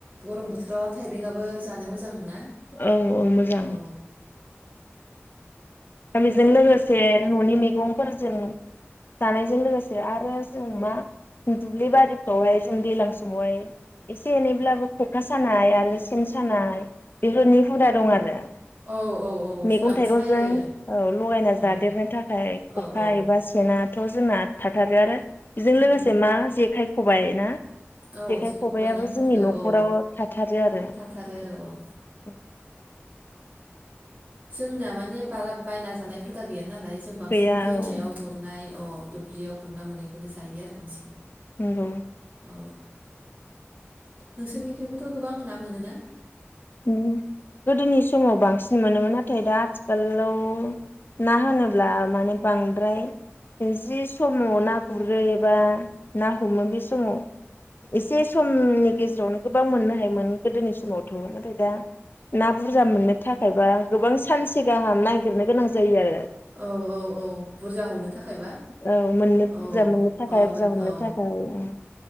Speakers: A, on the right; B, on the left.
A: गरम बोथोराव थाइबेंआबो जानो मोजां मोना
B: औ औ मोजां।
A: औ
B: दा बेजों लोगोसे न'नि मेगंफोरजों जानायजों लोगोसे आरो जों मा दुब्लि बारिफ्रावहाय जों दैज्लां समावहाय एसे एनैब्लाबो खखा सानाय आरो सेन सानाय बेफोरनि हुदा दं आरो।
A: औ औ औ
B: मैगं
A: जोंहाबो
B: थाइगंजों
A: सायो।
B: औ लगायना
A: औ
B: जादेरनो थाखाय खखा
A: औ औ
B: एबा सेना थ' जोंना थाथारो आरो बेजों लोगोसे
A: उम
B: मा जेखाइ खबाइ ना
A: औ
B: जेखाइ खबाइयाबो
A: खबाइ नांथारगौ
B: जोंनि न'खराव
A: औ
B: थाथारो आरो उम।
A: थाथारो आरो औ जोंना माने बारा बायना जानाय हुदा गैया नालाय जों बांसिन
B: गैया
A: दैमायाव
B: औ
A: गुरनाय अ दुब्लियाव गुरना मोननायखौनो जायो आरो बांसिन।
B: नोंगौ।
A: अ नोंसोरनिखैबोथ' गोबां ना मोनो
B: उम गोदोनि समाव बांसिन मोनोमोन नाथाय दा आथिखालाव ना होनोब्ला माने बांद्राय जि समाव ना गुरो एबा ना हमो बे समाव एसे समनि गेजेरावनो गोबां मोननो हायोमोन गोदोनि समावथ' नाथाय दा ना बुरजा मोननो थाखायबा गोबां सानसे गाहाम नागिरनो गोनां जायो आरो।
A: औ औ औ बुरजा हमनो थाखायबा
B: औ मोननो बुरजा
A: औ
B: मोननो थाखाय
A: औ
B: बुरजा
A: मोन
B: मोननो
A: औ
B: थाखाय ओं